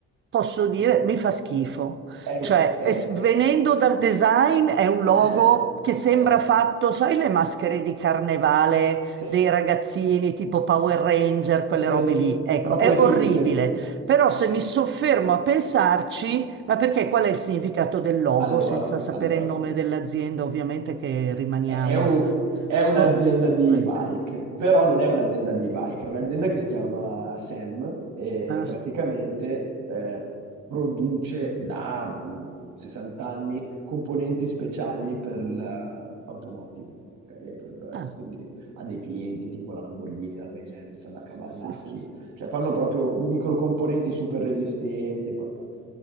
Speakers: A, on the right; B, on the right.
A: posso dire
B: È, un po'-
A: mi fa schifo.
B: è
A: Cioè,
B: os- è-
A: es- venendo dal design, è un logo
B: eh,
A: che sembra
B: eh,
A: fatto, sai, le maschere di carnevale
B: sì,
A: dei ragazzini tipo Power Ranger, quelle
B: sì,
A: robe lì. Ecco,
B: però quelle
A: è
B: finte.
A: orribile.
B: Sì,
A: Però se
B: sì.
A: mi soffermo a pensarci, ma perché qual è il significato del logo,
B: Allora,
A: senza sapere
B: allora.
A: il nome dell'azienda, ovviamente che rimaniamo.
B: è, è un- è un'azienda
A: No,
B: di
A: poveri.
B: bike, però non è un'azienda di bike, è un'azienda che si chiama SEM e
A: Eh,
B: praticamente eh, produce da mh, 60 anni componenti speciali per l'automotive. ok? E per-
A: ah,
B: eh, quindi ha dei clienti tipo la Lamborghini, la Harley Davidson,
A: sì,
B: la Kawasaki,
A: sì, sì.
B: cioè fanno proprio microcomponenti super resistenti e quant'altro.